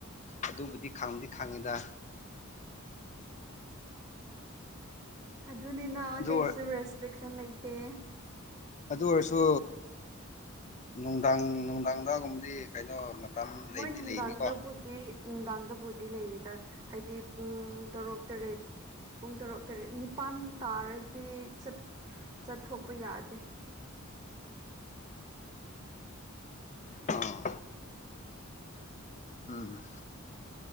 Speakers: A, on the left; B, on the right.
A: ꯑꯗꯨꯕꯨꯗꯤ ꯈꯪꯗꯤ ꯈꯪꯉꯤꯗ
B: ꯑꯗꯨꯅꯤꯅ
A: ꯑꯗꯨ
B: ꯀꯩꯁꯨ ꯔꯦꯁꯇ꯭ꯔꯤꯛꯁꯟ ꯂꯩꯇꯦ
A: ꯑꯗꯨ ꯑꯣꯏꯔꯁꯨ ꯅꯨꯡꯗꯥꯡ ꯅꯨꯡꯗꯥꯡꯗꯥꯒꯨꯝꯕꯗꯤ ꯀꯩꯅꯣ ꯃꯇꯝ ꯂꯩꯕꯗꯤ
B: ꯃꯣꯏ ꯅꯨꯡꯗꯥꯡꯗꯕꯨꯗꯤ
A: ꯂꯩꯅꯤꯀꯣ
B: ꯅꯨꯡꯗꯥꯡꯗꯕꯨꯗꯤ ꯂꯩꯔꯤꯗ ꯍꯥꯏꯗꯤ ꯄꯨꯡ ꯇꯔꯨꯛ ꯇꯔꯦꯠ ꯄꯨꯡ ꯇꯔꯨꯛ ꯇꯔꯦꯠ ꯅꯤꯄꯥꯟ ꯇꯥꯔꯗꯤ ꯆꯠ ꯆꯠꯊꯣꯛꯄ ꯌꯥꯗꯦ
A: ꯑꯣ ꯎꯝ